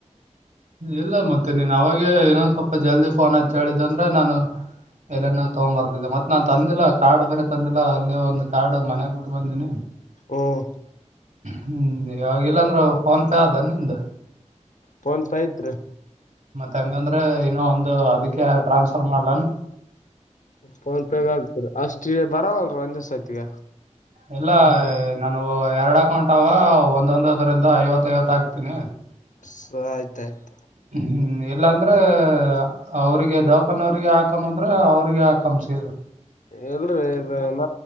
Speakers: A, on the right (about 80°); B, on the left (about 80°).
A: ಇಲ್ಲ ಮತ್ತೆ ನೀನ್ ಅವಾಗ ಇನ್ನೊಂದ ಸ್ವಲ್ಪ ಜಲ್ದಿ ಫೋನ್ ಹ ಹೇಳಿದ್ದಂದ್ರೆ ನಾನು. ಎಲ್ಲ ನಾವು ತಗೊ ಬರ್ತ. ಮತ್ತ ನಾನ್ ತಂದಿಲ್ಲ ಕಾರ್ಡ್ ಬೇರೆ ತಂದಿಲ್ಲ ಅಲ್ಲಿ ಒಂದು ಕಾರ್ಡ್ ಮನ್ಯಾಗ ಬಿಟ್ಟು ಬಂದೀನಿ.
B: ಹ್ಮ್.
A: ಹ್ಮ ಇಲ್ಲಾ ಅಂದ್ರೆ ಫೋನ್ ಪೇ ಆದ ನಿಮ್ದ.
B: ಫೋನ್ಪೇ ಅತ್ರಿ.
A: ತಂಗಂದ್ರೆ ಇನೋ ಒಂದು ಅದಕ್ಕೆ ಟ್ರಾನ್ಸ್ಫರ್ ಮಾಡ್ಲೆನ್.
B: ಫೋನ್ಪೇಗು ಆಗ್ತದೆ ಅಷ್ಟೇ ಬರಲ್ ಒಂದ್ಸತಿಗ.
A: ಎಲ್ಲ ನ. ನವು ಎರಡಕ ಹೊಂಟಾವ ಒಂದೊಂದ ಅದರಿಂದ ಐವತ್ತ ಐವತ್ತ ಹಾಕ್ತೀನಿ
B: ಸ ಆಯ್ತಾಯ್ತು
A: ಹ್ಮ್ ಇಲ್ಲಾಂದ್ರೆ ಅವ್ರಿಗೆ ದಖಾನ್ ಅವ್ರಿಗೆ ಹಾಕಂಬ ಅಂದ್ರ ಅವ್ರಿಗೆ ಹಾಕಮಸರ್
B: ಇಲ್ರರಿ ಇ ನ